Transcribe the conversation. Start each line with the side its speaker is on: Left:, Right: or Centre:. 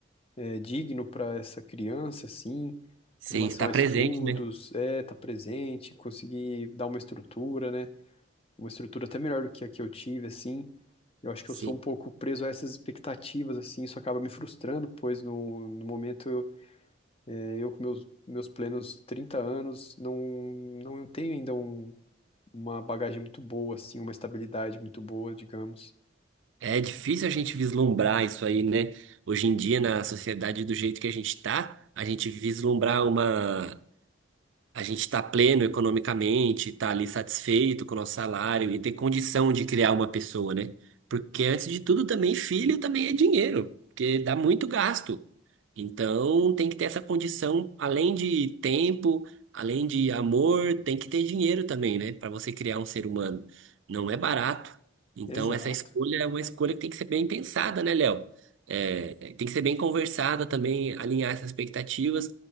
Left: é, digno para essa criança, assim,
Right: Sim,
Left: com relação
Right: estar
Left: a
Right: presente,
Left: estudos,
Right: né?
Left: é, tá presente, conseguir dar uma estrutura, né? Uma estrutura até melhor do que a que eu tive, assim. Eu acho que
Right: Sim.
Left: eu sou um pouco preso a essas expectativas, assim, isso acaba me frustrando, pois no, no momento. eu é, eu com meus, meus plenos 30 anos não, não tenho ainda um- uma bagagem muito boa, assim, uma estabilidade muito boa, digamos.
Right: É difícil a gente vislumbrar isso aí, né? Hoje em dia, na sociedade do jeito que a gente tá, a gente vislumbrar uma a gente está pleno economicamente, está ali satisfeito com o nosso salário e ter condição de criar uma pessoa, né? Porque antes de tudo também filho também é dinheiro, porque dá muito gasto. Então tem que ter essa condição, além de tempo, além de amor, tem que ter dinheiro também, né? Para você criar um ser humano. Não é barato. Então
Left: Exato.
Right: essa escolha é uma escolha que tem que ser bem pensada, né, Léo? É, tem que ser bem conversada também, alinhar essas expectativas